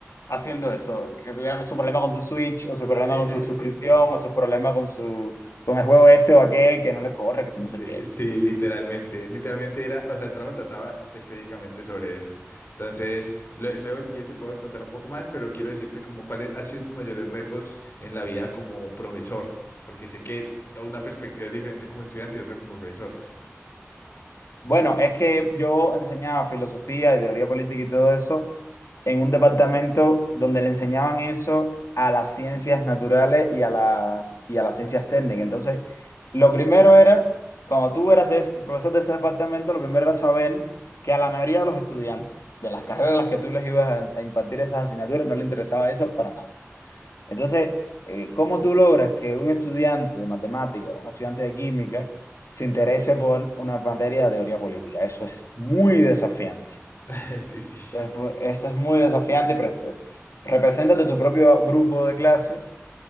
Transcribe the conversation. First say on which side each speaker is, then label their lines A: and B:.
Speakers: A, on the left; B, on the left.
A: haciendo eso, que tuviera su problema con su Switch, o su problema
B: <laughs>
A: con su suscripción,
B: Sí, sí.
A: o su problema con su con el juego este o aquel que no le corre, que se
B: Sí,
A: no sé qué.
B: sí, literalmente, literalmente era, o sea, el trabajo trataba específicamente sobre eso. Entonces, lue- luego si quieres te puedo contar un poco más, pero quiero decirte como cuáles han sido tus mayores retos en la vida como profesor, porque sé que una perspectiva es diferente como estudiante y otra como profesor.
A: Bueno, es que yo enseñaba filosofía y teoría política y todo eso en un departamento donde le enseñaban eso a las ciencias naturales y a las, y a las ciencias técnicas. Entonces, lo primero era, cuando tú eras de ese- profesor de ese departamento, lo primero era saber que a la mayoría de los estudiantes de las carreras a las que tú les ibas a, a impartir esas asignaturas no le interesaba eso para Entonces, eh, ¿cómo tú logras que un estudiante de matemática o un estudiante de química se interese por una materia de teoría política? Eso es muy desafiante.
B: <laughs> Sí, sí.
A: Eso es, mu- eso es muy desafiante. pre- Represéntate tu propio grupo de clase